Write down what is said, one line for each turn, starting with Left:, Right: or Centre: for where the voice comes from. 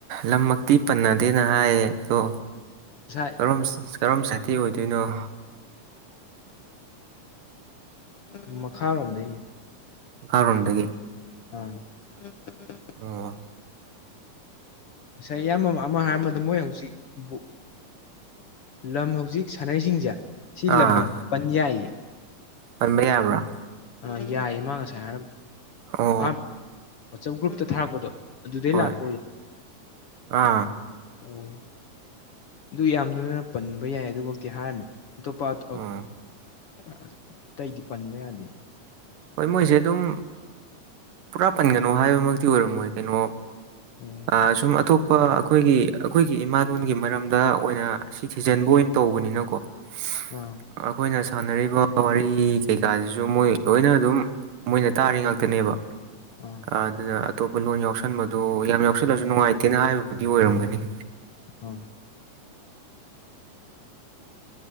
Right: ꯂꯝꯃꯛꯇꯤ ꯄꯟꯅꯗꯦꯅ ꯍꯥꯏꯌꯦ ꯑꯗꯣ
Left: ꯉꯁꯥꯏ
Right: ꯀꯔꯣꯝ ꯀꯥꯔꯣꯝ ꯁꯥꯏꯇꯤ ꯑꯣꯏꯗꯣꯏꯅꯣ
Left: <inaudible> ꯃꯈꯥ ꯔꯣꯝꯗꯩꯩ
Right: ꯃꯈꯥꯔꯣꯝꯗꯒꯤ
Left: <unintelligible>
Right: ꯑꯣ
Left: ꯉꯁꯥꯏ ꯏꯌꯥꯝꯕ ꯑꯃ ꯍꯥꯏꯔꯕꯗ ꯃꯣꯏ ꯍꯧꯖꯤꯛ ꯕꯨ ꯂꯝ ꯍꯧꯖꯤꯛ ꯁꯥꯟꯅꯩꯁꯤꯡꯁꯦ ꯁꯤ
Right: ꯑꯥ
Left: ꯂꯝ <unintelligible> ꯄꯟ ꯌꯥꯏꯌꯦ
Right: ꯄꯟꯕ ꯌꯥꯕ꯭ꯔꯥ
Left: ꯑꯥ ꯌꯥꯏꯌꯦ ꯃꯥ ꯉꯁꯥꯏ ꯍꯥꯏꯔꯝꯕ
Right: ꯑꯣ
Left: ꯑꯍꯥꯟꯕ ꯋꯥꯆꯞ ꯒ꯭ꯔꯨꯞꯇ ꯊꯥꯔꯛꯄꯗꯣ ꯑꯗꯨꯗꯩ
Right: ꯍꯣꯏ
Left: ꯂꯥꯛꯄ
Right: ꯑꯥ
Left: ꯑꯣ ꯑꯗꯨ ꯌꯥꯝ <unintelligible> ꯄꯟꯕ ꯌꯥꯏ ꯑꯗꯨꯕꯣꯛꯇꯤ ꯍꯥꯏꯔꯝꯃꯤ ꯑꯇꯣꯞꯄ ꯑꯇꯩꯗꯤ
Right: ꯎꯝ
Left: ꯄꯟꯕ ꯌꯥꯗꯦ
Right: ꯍꯣꯏ ꯃꯣꯏꯁꯦ ꯑꯗꯨꯝ ꯄꯨꯔꯥ ꯄꯟꯒꯅꯣ ꯍꯥꯏꯕꯃꯛꯇꯤ ꯑꯣꯏꯔꯝꯃꯣꯏ ꯀꯩꯅꯣ
Left: ꯑꯣ
Right: ꯑ ꯁꯨꯝ ꯑꯇꯣꯞ ꯄꯥ ꯑꯩꯈꯣꯏꯒꯤ ꯑꯩꯈꯣꯏꯒꯤ ꯏꯃꯥꯂꯣꯟꯒꯤ ꯃꯔꯝꯗ ꯑꯣꯏꯅ ꯁꯤ ꯊꯤꯖꯤꯟꯕ ꯑꯣꯏꯅ ꯇꯧꯕꯅꯤꯅꯀꯣ <inaudible>
Left: ꯑꯥ
Right: ꯑꯩꯈꯣꯏꯅ ꯁꯥꯟꯅꯔꯤꯕ ꯋꯥꯔꯤ ꯀꯩꯀꯥꯁꯤꯁꯨ ꯃꯣꯏ ꯂꯣꯏꯅ ꯑꯗꯨꯝ ꯃꯣꯏꯅ ꯇꯥꯔꯤ ꯉꯥꯛꯇꯅꯦꯕ
Left: ꯑꯣ
Right: ꯑꯗꯨꯅ ꯑꯇꯣꯞꯄ ꯂꯣꯟ ꯌꯥꯎꯁꯟꯕꯗꯨ ꯌꯥꯝ ꯌꯥꯎꯁꯜꯂꯁꯨ ꯅꯨꯡꯉꯥꯏꯇꯦꯅ ꯍꯥꯏꯕꯕꯨꯗꯤ ꯑꯣꯏꯔꯝꯒꯅꯤ
Left: ꯑꯥ